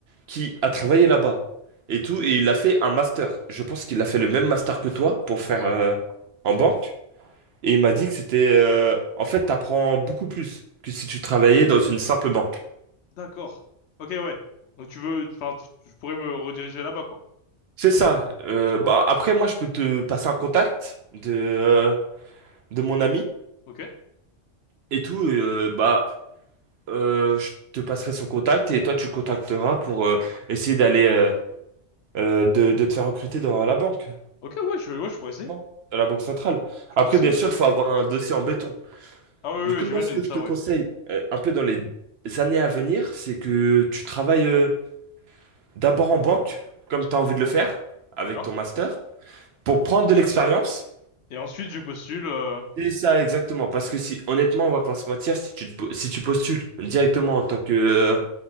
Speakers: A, on the right; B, on the left.
A: qui a travaillé là-bas et tout, et il a fait un master. Je pense qu'il a fait le même master que toi pour faire
B: ouais.
A: euh, en banque. Et il m'a dit que c'était, euh, en fait, t'apprends beaucoup plus que si tu travaillais dans une simple banque.
B: D'accord. Ok, ouais. Donc tu veux, enfin, tu tu pourrais me rediriger là-bas, quoi.
A: C'est ça. Euh, bah, après, moi, je peux te passer un contact de, euh, de mon ami
B: Ok.
A: et tout. et, euh, bah, euh, je te passerai son contact et toi, tu le contacteras pour euh, essayer d'aller euh, euh, de, de te faire recruter dans la banque,
B: Ok, ouais, je, ouais, je pourrais
A: Exactement.
B: essayer.
A: dans la banque centrale.
B: Je
A: Après,
B: pourrais essayer,
A: bien sûr,
B: ouais.
A: il faut avoir un dossier en béton.
B: Ah oui, oui,
A: Du coup,
B: oui, j'imagine
A: moi, ce que
B: ça,
A: je te
B: ouais.
A: conseille, euh, un peu dans les années à venir, c'est que tu travailles euh, d'abord en banque, comme tu as envie de le faire, avec
B: D'accord.
A: ton master, pour prendre de l'expérience.
B: Et ensuite, je postule. euh,
A: Et ça, exactement. Parce que si, honnêtement, on va pas se mentir, si tu, te po- si tu postules directement en tant que euh,